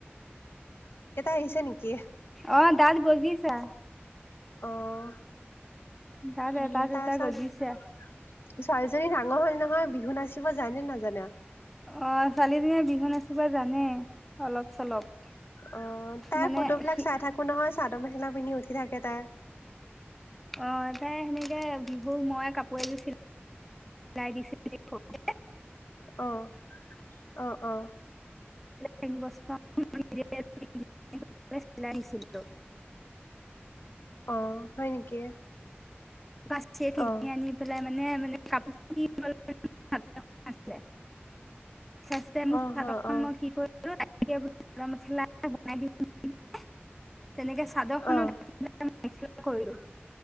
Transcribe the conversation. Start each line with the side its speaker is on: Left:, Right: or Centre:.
Left: আহিছে নেকি
Centre: অ, দাত গজিছে।
Left: অঁ।
Centre: দাঁত
Left: উম্
Centre: এটা দুটা
Left: তাৰ পিছত
Centre: গজিছে
Left: ছোৱালীজনী ডাঙৰ হল নহয় বিহু নাচি। কিবা জানে নাজানো?
Centre: অ ছোৱালীজনীয়ে বিহু নাচিব জানে অলপ চলপ।
Left: অ, তাই
Centre: মানে
Left: ফটো বিলাক
Centre: সি
Left: চাই থাকো নহয় চাদৰ মেখেলা। পিন্ধি উঠি থাকে তাই।
Centre: অ তাই সেনেকে বিহু মই কাপোৰ এযোৰ চিলাই। চিলাই দিছিলো সৰুতে।
Left: আহ অ অ।
Centre: তিনি বছৰ মানতে বিহু নাচিবলৈ চিলাই দিছিলো।
Left: অ হয় নেকি।
Centre: পচ টিয়ে কিনি
Left: অ
Centre: আনি পেলায়। মানে মানে। <unintelligible> চাচিদে মোৰ
Left: অ
Centre: চাদৰখন
Left: হয় অ
Centre: মই কি কৰি। <unintelligible> উ তাকে বোলো মেখেলা এ বনাই দিওঁ নে? <unintelligible> তেনেকে চাদৰ খনত
Left: অ
Centre: এখিলা মান। এচকেপ কৰিলো।